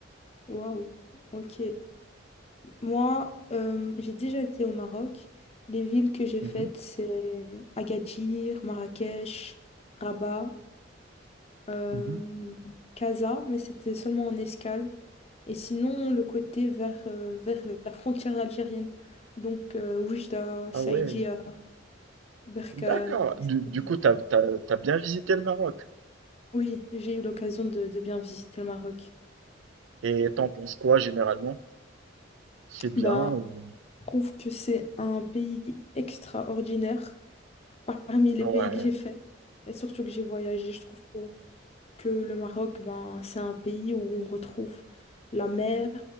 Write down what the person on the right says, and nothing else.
Mhm,
mhm.
Ah ouais,
d'accord.
Du, du coup, t'as, t'as, t'as bien visité le Maroc.
Et t'en penses quoi généralement? C'est bien
ou...
Ouais,